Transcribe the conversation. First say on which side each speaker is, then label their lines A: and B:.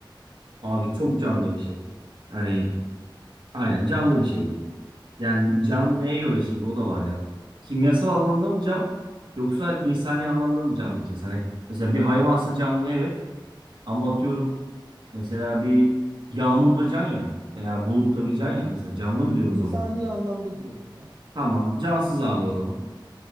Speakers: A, on the right; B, on the right.
A: Abi çok canlı bir şey. Yani aynen canlı bir şey diyeyim. Yani can neye göre şimdi o da var ya. Kimyasal anlamda mı can yoksa insani anlamda mı can diyeceğiz. Hani mesela bir hayvansa canlı evet ama atıyorum Mesela bir yağmurda can ya veya bulutta bir can ya mesela canlı mı diyoruz
B: İnsani
A: onlara?
B: anlamda diyelim ya.
A: Tamam. Cansız abi o zaman.